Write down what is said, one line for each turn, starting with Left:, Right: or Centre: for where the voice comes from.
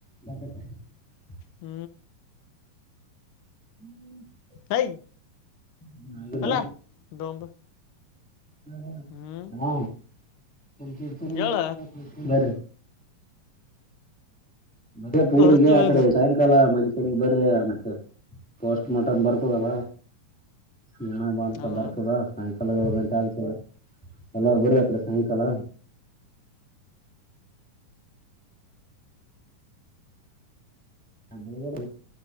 Centre: <unintelligible>
Left: ಹ್ಮ.
Centre: <inaudible>
Left: ಹೈ.
Centre: ಇನ್ನ ಆಗಿಲ್ಲ
Left: ಅಲ್ಲ ಡೊಂಬ
Centre: <unintelligible>
Left: ಹ್ಞೂ
Centre: ಹಾ <unintelligible>
Left: ಹೇಳ
Centre: ಬರಿ. ಮದ್ಯಾ ಪೂರಿಗೆ
Left: ಬರ್ತೀವಿ
Centre: ಆಕಡೆ ಸಾಯಂಕಾಲ ಕಡೆ ಬರ್ರಿ ಮತ್ತ ಪೋಸ್ಟ್ ಮಾರ್ಟಮ್ ಬರ್ತದಲ್ಲ ಜಣ ಬ ಅಂತ
Left: ಅದು
Centre: ಬರ್ತದ ಸಾಂ <unintelligible> ಎಳ್ ಗಂಟೆ ಆಗ್ತದೆ ಎಲ್ಲಾರ ಬರಿ ಆ ಕಡೆ ಸಾಯಂಕಾಲ. ಅನ್ನೇ ಕೊಲ್ಲ